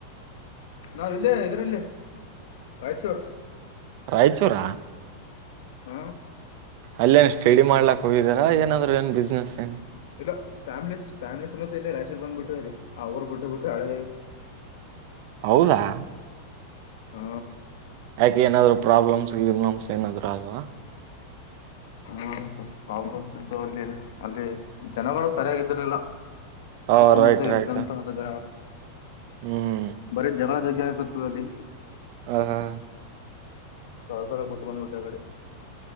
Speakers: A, on the left; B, on the right.
A: ನಾವ ಇಲ್ಲೇ ಇದರಲ್ಲಿ ರಾಯಚೂರು
B: ರಾಯಚೂರ
A: ಹೂ
B: ಅಲ್ಲೇನ್ ಸ್ಟಡಿ ಮಾಡ್ಲಾಕ್ ಹೋಗಿದಾರಾ ಏನಾದ್ರು ಏನ್ ಬಿಸ್ನೆಸ್ ಏನ್
A: ಇಲ್ಲ ಫ್ಯಾಮ್ಲೀಸ್ ಫ್ಯಾಮ್ಲೀಸ್ ಮತ್ತ ಇಲ್ಲಿ ರಾಯಚೂರು ಬಂದ್ಬಿಟ್ಟು ಇಲ್ಲಿ ಆ ಊರ್ ಬಿುಟ್ಟ ಬಿಟ್ಟು ಹಳೆ
B: ಹೌದಾ
A: ಹಾ
B: ಯಾಕೆ ಏನಾದ್ರು ಪ್ರಾಬ್ಲಮ್ಸ್ ಇಬ್ಲಮ್ಸ್ ಏನಾದ್ರು ಅಲ್ವಾ
A: ಹ ಪ್ರಾಬ್ಲೆಮ್ಸ್ ಇದ್ದುವು ಅಲ್ಲಿ ಅಲ್ಲಿ ಜನಗಳು ಸರಿಯಾಗಿದ್ರಿಲ್ಲ
B: ಓ
A: ಸುತ್ತಮುತ್ತ
B: ರೈಟ್
A: ಇರುತ್ತ
B: ರೈಟ್
A: ಅಂತ ಅದಾಗ
B: ಹ್ಮ್
A: ಬರೀ ಜಲ ಜಗ್ ಆಕತ್ತು ಅಲ್ಲಿ
B: ಹ ಹಾ
A: ಸರ ಸರ ಭೂಟ್ಟು ಬಂದ್ಬಿಟ್ಟ ಕಡೆ